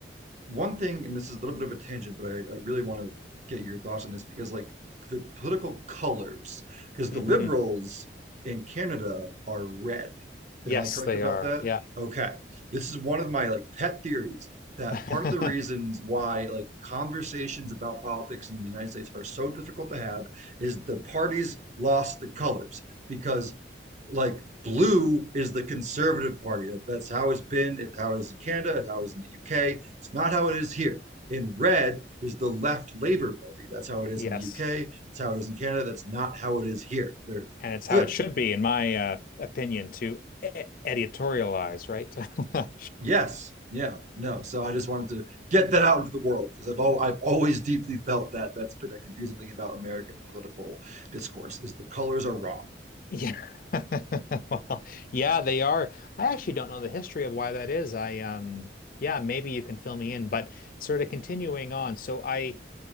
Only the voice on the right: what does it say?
one thing, and this is a little bit of a tangent, but I, I really want to get your thoughts on this because, like, the political colors, because the
liberals
in Canada are red.
Am I correct
about
that?
Okay. This is one of my like pet theories that
part of the reasons why like conversations about politics in the United States are so difficult to have is the parties lost the colors because like blue is the conservative party. That, that's how it's been, it's how it is in Canada, it's how it is in the UK. It's not how it is here. In red is the left Labour Party. That's how it is
in the UK. It's how it is in Canada. That's not how it is here. They're
flipped.
Yes. Yeah. No. So I just wanted to get that out into the world because I've al- I've always deeply felt that that's been a confusing thing about American political discourse is the colors are wrong.